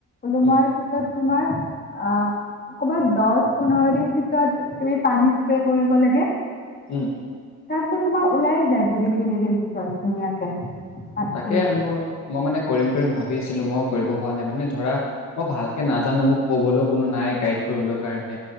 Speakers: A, on the left; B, on the left.
A: ওলোমোৱাৰ
B: উম,
A: পিছত। তোমাৰ আহ কৰবাত দহ পোন্ধৰ দিনৰ পাছত পানী স্প্ৰে কৰিব লাগে
B: উম
A: তাৰপিছত তোমাৰ ওলাইে যায় দুদিন তিনি দিন পিছত ধুনীয়াকে মাছৰুমটো।
B: তাকে মোৰ মই মানে কৰিম কৰিম ভাবি আছিলোঁ মই কৰিব হোৱা নাই মানে ধৰা মই ভালকে নাজানো মোক কবলৈও কোনো নাই গাইড কৰিবলৈ কাৰণে